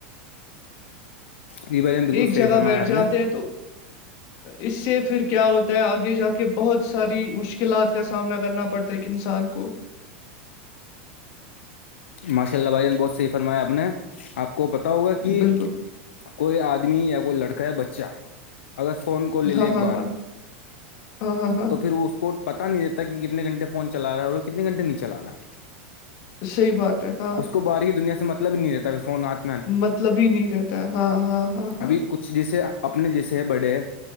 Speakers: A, on the left (about 85°); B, on the left (about 55°).
A: جی بھائی جان بالکل
B: ایک
A: صحیح
B: جگہ
A: فرمایا
B: بیٹھ
A: آپ
B: جاتے
A: نے
B: ہیں تو اس سے پھر کیا ہوتا ہے آگے جا کے بہت ساری مشل مشکلات کا سامنا کرنا پڑتا ہے ایک انسان کو
A: ماشاء اللہ بھائی جان نے بہت صحیح فرمایا آپ نے آپ کو پتا ہوگا کہ
B: بالکل
A: کوئی آدمی یا کوئی لڑکا یا بچہ اگر فون کال لے لے
B: ہاں
A: ایک
B: ہاں
A: بار
B: ہاں ہاں ہاں ہاں
A: تو پھر وہ اس کو پتا نہیں رہتا کہ کتنے گھنٹے فون چلا رہا ہے اور کتنے گھنٹے نہیں چلا رہا
B: صحیح بات ہے ہاں
A: اس کو باہر کی دنیا سے مطلب ہی نہیں رہتا فون آتا
B: مطلب ہی نہیں رہتا ہے ہاں ہاں ہاں
A: ابھی
B: ہاں
A: کچھ جیسے اپنے جیسے بڑے ہیں